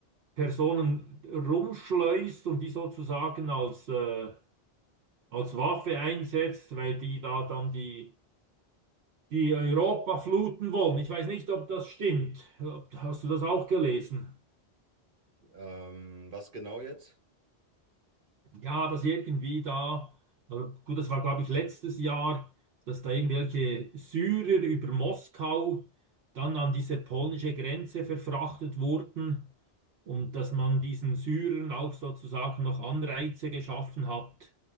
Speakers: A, on the right (about 70°); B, on the right (about 55°).
A: Personen rumschleust und die sozusagen als, äh, als Waffe einsetzt, weil die da dann die, die Europa fluten wollen. Ich weiß nicht, ob das stimmt. Ob- Hast du das auch gelesen?
B: Ähm, was genau jetzt?
A: Ja, dass irgendwie da, also gut, das war glaube ich letztes Jahr, dass da irgendwelche Syrer über Moskau dann an diese polnische Grenze verfrachtet wurden und dass man diesen Syrern auch sozusagen noch Anreize geschaffen hat,